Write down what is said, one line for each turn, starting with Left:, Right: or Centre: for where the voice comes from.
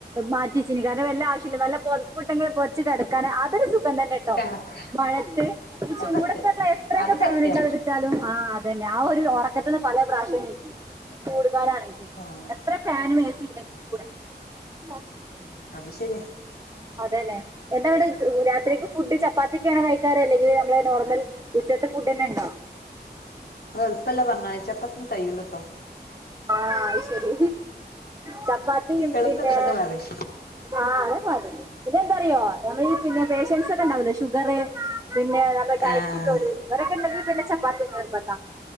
Right: മാറ്റിച്ചിന് കാരണം വല്ല ആവശ്യമില്ലനല്ല പൊത്പ്പിട്ട് പൊതച്ചു കിടക്കാൻ ഒരു സുഖം തന്നെ ട്ടോ
Left: കണക്കാ
Right: മഴത്ത് ഈ
Left: അത്
Right: ചൂടത്ത്നമ്മൾ
Left: സത്യ
Right: എത്ര
Left: അത്
Right: ഫാൻ
Left: സത്യ
Right: ഇട്ടാലും ആ അതന്നെ ഉറക്കത്തിന്ന് പല പ്രാവശ്യാം എണീക്കും ചൂട് ഫേനആണങ്കിൽ
Left: ആഹ്
Right: എത്ര ഫേനും എസി ഇണ്ടങ്ങി കൂടെ <unintelligible>
Left: ഉ അത് ശരിയാ
Right: അതന്നെ എന്താ ഇവിടെ ഓ രാത്രിക്ക് ഫുഡ് ചപ്പാത്തി ഒക്കെ ആണോ അല്ലെങ്കിൽ നമ്മളെ നോർമൽ ഉച്ചത്തെ ഫുഡ് തന്നെ ഉണ്ടോ
Left: അ എളുപ്പമല്ല പറഞ്ഞാണ്ച്ചപ്പും കയ്യൂല്ലട്ടോ
Right: ആ ശരി ചപ്പാത്തിയും
Left: എളുപ്പല്ല
Right: പിന്നെ
Left: ഇതൊക്കെ പറിം
Right: ആ ത <unintelligible> അറിയോ നമ്മൾഈ പിന്നെ പേഷ്യൻസ് ഒക്കെ ഉണ്ടാവല്ലോ ഷുഗർ പിന്നെ നമ്മുടെ ഡയറ്റ്
Left: ആഹ്
Right: ഉള്ളത് ഇവരൊക്കെ ഉണ്ടെങ്ക പിന്നെ ചപ്പാത്തി ഒക്കെ നിർബന്ധാ